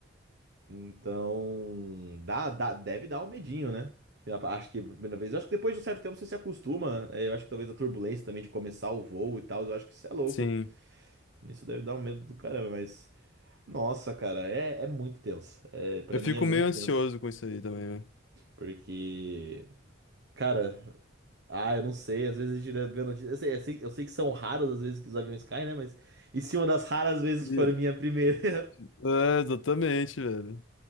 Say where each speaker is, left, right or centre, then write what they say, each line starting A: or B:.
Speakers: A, on the right; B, on the left.
A: Então, dá, dá, deve dar um medinho, né? Eu Acho que a primeira vez, eu acho que depois de um certo tempo você se acostuma. É, Eu acho que talvez a turbulência também de começar o voo e tal, eu acho que isso é louco.
B: Sim.
A: Isso deve dar um medo do caramba, mas. Nossa, cara, é, é muito tenso. É, para
B: Eu
A: mim
B: fico
A: é muito
B: meio ansioso
A: tenso.
B: com isso aí também, velho.
A: Porque, cara, ah, eu não sei, às vezes a gente vê notícias. Eu sei, eu sei, eu sei que são raras as vezes que os aviões caem, né? Mas e se uma das raras vezes for
B: E-
A: minha primeira?
B: É,
A: <laughs>
B: exatamente, velho.